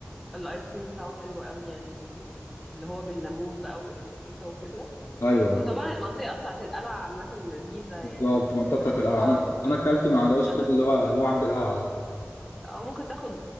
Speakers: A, in the centre; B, on the left.
A: الايس كريم بتاعه حلو قوي يعني اللي هو بالليمون بقى وبالمستكة وكده
B: ايوه
A: وطبعا المنطقة بتاعت القلعة عامة لذيذة
B: بالظبط
A: يعني ممكن
B: المنطقه
A: كفسحة
B: بتاعت القلعه
A: وممكن
B: انا اكلت من عند الايس
A: تا-
B: كريم اللي هو اللي هو عند القلعه ده
A: او ممكن تاخد